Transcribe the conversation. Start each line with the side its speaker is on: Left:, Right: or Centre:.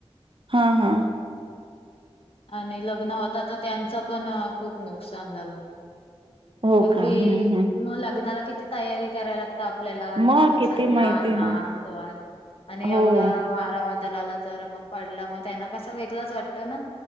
Right: हा हा
Left: आणि लग्न होता तर त्यांचं पण खूप नुकसान झालं
Right: हो
Left: एवढी
Right: का? हं, हं.
Left: मग लग्नाला किती तयारी करायला लागत आपल्याला इकड
Right: मग किती
Left: सग लहान
Right: माहिती आहे
Left: लह
Right: ना.
Left: तो आणि
Right: हो.
Left: एवढा वारावार दलाला तर मग पडला मग त्यांना कसा वेगळाच वाटतं ना